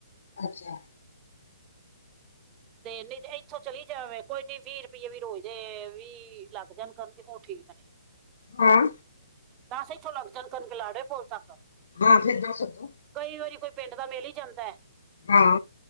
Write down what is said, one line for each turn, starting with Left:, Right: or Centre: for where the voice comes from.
Left: ਅੱਛਾ
Right: ਤੇ ਨਹੀਂ ਇੱਥੋਂ ਚਲੀ ਜਾਵੇ ਕੋਈ ਨੀ ਵੀਹ ਰੁਪਈਏ ਵੀ ਰੋਜ਼ ਦੇ ਵੀ ਲੱਗ ਜਾਣ ਕਰਨਗੇ ਉਹ ਠੀਕ ਨੇ
Left: ਹੈਂ
Right: ਦਸ ਇੱਥੋਂ ਲੱਗ ਜਾਣ ਕਰਨਗੇ ਲਾਡਵੇ ਪੁਲ ਤੱਕ
Left: ਹਾਂ ਫਿਰ ਦਸ ਅਗੋ
Right: ਕਈ ਵਾਰੀ ਕੋਈ ਪਿੰਡ ਦਾ ਮੇਲ ਹੀ ਜਾਂਦਾ ਹੈ
Left: ਹਾਂ